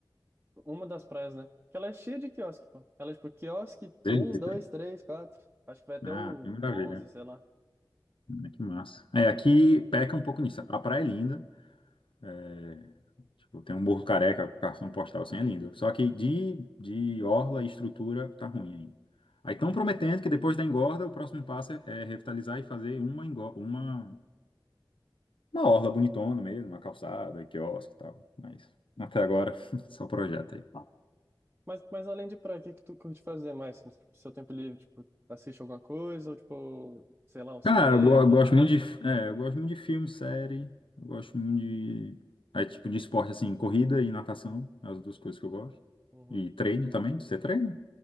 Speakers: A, on the right (about 20°); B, on the left (about 85°).
A: Uma das praias, né? Que ela é cheia de quiosque, pô. Ela é tipo quiosque
B: Beleza.
A: um dois três quatro Acho que vai até
B: Ah,
A: o
B: que maravilha.
A: 11, sei lá.
B: Ah, Que massa. É, aqui peca um pouco nisso. A praia é linda, é, Tipo, tem um Morro Careca, cartão postal, assim, é lindo. Só que de, de orla e estrutura tá ruim ainda. Aí estão
A: Uhum,
B: prometendo que depois da engorda, o próximo passo é é revitalizar e fazer uma, engo- uma, uma orla bonitona mesmo, uma calçada, quiosque e tal. Mas até agora, <laughs> só projeto
A: uhum.
B: aí.
A: Mas, mas além de praia, o que que tu curte fazer mais no seu tempo livre? Tipo, assiste alguma coisa ou tipo, sei lá, um cinema?
B: Cara, eu go- eu gosto muito de, é, eu gosto muito de filme, série, eu gosto muito de, é, tipo, de esporte, assim, corrida e natação, é as duas coisas que eu gosto.
A: Uhum.
B: E treino também, você treina?